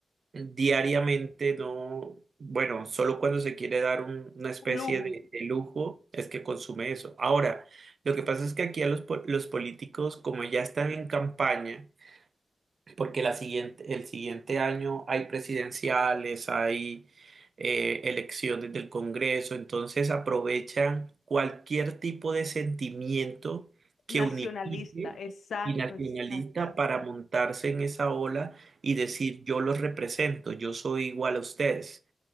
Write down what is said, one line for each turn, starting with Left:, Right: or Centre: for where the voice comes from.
Right: Diariamente no, bueno, solo cuando se quiere dar un- una especie
Left: un lujo
Right: de, de lujo es que consume eso. Ahora, lo que pasa es que aquí a los, po- los políticos, como ya están en campaña, porque la siguiente, el siguiente año hay presidenciales, hay eh, elecciones del Congreso, entonces aprovechan cualquier tipo de sentimiento
Left: <laughs>
Right: que
Left: nacionalista,
Right: unifique
Left: exacto,
Right: y nacionalista
Left: exacto.
Right: para montarse en esa ola y decir yo los represento, yo soy igual a ustedes.